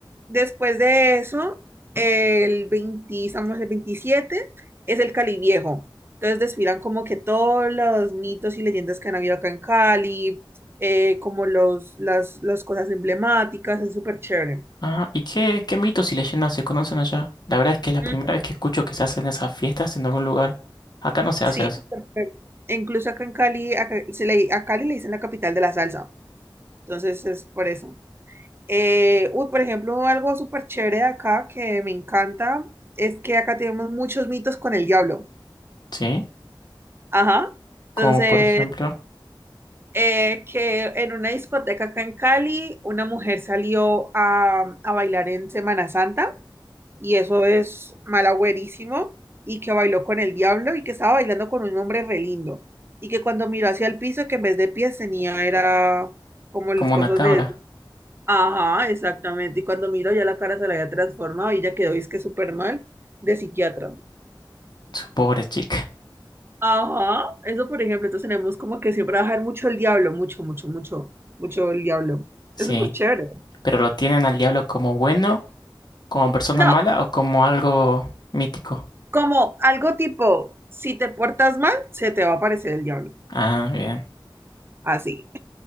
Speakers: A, on the right; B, on the left.
A: después de eso, el 20, estamos el veintisiete es el Cali Viejo. Entonces, desfilan como que todos los mitos y leyendas que han habido acá en Cali, eh, como los, las, las cosas emblemáticas, es súper chévere.
B: Ah, ¿y qué, qué mitos y leyendas se conocen allá? La verdad es que es la primera
A: Mm,
B: vez que escucho que se hacen esas fiestas en algún lugar. Acá no se
A: Sí,
B: hace eso.
A: súper chévere. E Incluso acá en Cali, acá, se le, a Cali le dicen la capital de la salsa. Entonces, es por eso. Eh, uy, por ejemplo, algo súper chévere de acá que me encanta es que acá tenemos muchos mitos con el diablo.
B: Sí.
A: Ajá.
B: Como
A: Entonces,
B: por ejemplo,
A: eh, que en una discoteca acá en Cali, una mujer salió a, a bailar en Semana Santa y eso es malagüerísimo y que bailó con el diablo y que estaba bailando con un hombre re lindo y que cuando miró hacia el piso que en vez de pies tenía era como las
B: como
A: cosas
B: una cabra.
A: Ajá, exactamente. Y cuando miro ya la cara se la había transformado y ya quedó, es que súper mal, de psiquiatra.
B: Su pobre chica.
A: Ajá, eso por ejemplo, entonces tenemos como que siempre bajar mucho el diablo, mucho, mucho, mucho, mucho el diablo.
B: Sí.
A: Es súper chévere.
B: Pero lo tienen al diablo como bueno, como persona
A: No,
B: mala o como algo mítico.
A: como algo tipo, si te portas mal, se te va a aparecer el diablo.
B: Ah, bien.
A: Así.